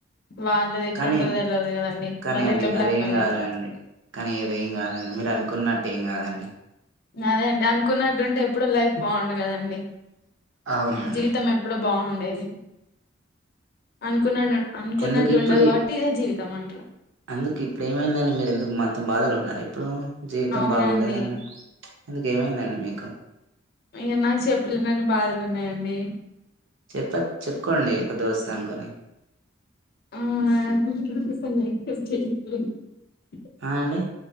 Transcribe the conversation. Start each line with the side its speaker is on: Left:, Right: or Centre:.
Left: వాళ్ళది ఎట్లుంటదో
Right: కానీ
Left: తెల్వదు కదండి
Right: కానీ
Left: వాళ్ళు
Right: అది
Left: ఎట్లా బ్లాక్
Right: అది ఏం
Left: మెయిల్
Right: కాదండి
Left: చేత్తరో
Right: కానీ అది ఏం కాదండి మీరు అనుకున్నట్టు ఏం కాదండి
Left: అదే అండి అనుకున్నట్టుంటే ఎప్పుడో లైఫ్ బాగుండు కదండి
Right: అవునండి.
Left: జీవితం ఎప్పుడో బాగుండేది అ అనుకున్న అనుకున్నట్టు
Right: ఎందుకు ఇప్పుడు
Left: ఉండదు కాబట్టి ఇదే జీవితం అంట్రు
Right: ఎందుకు ఇప్పుడేమైందని మీరెందుకు మంత బాధలో ఉన్నారు జీవితం
Left: అవునండి
Right: బాగుండేదిన్నట్టు ఎందుకేమైందండి మీకు
Left: ఇక నాకు చెప్పలేనని బాధలు ఉన్నాయండి
Right: చెప్ప చెప్పుకోండి ఒక దోస్త్ అనుకోని
Left: హ్మ్
Right: ఆ అండి